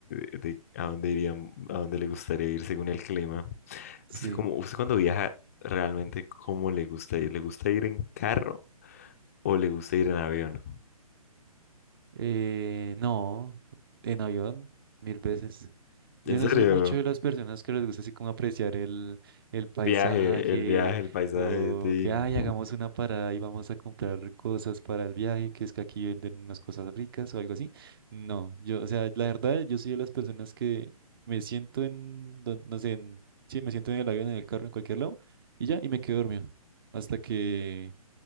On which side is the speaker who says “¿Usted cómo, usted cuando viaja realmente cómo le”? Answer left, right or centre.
Left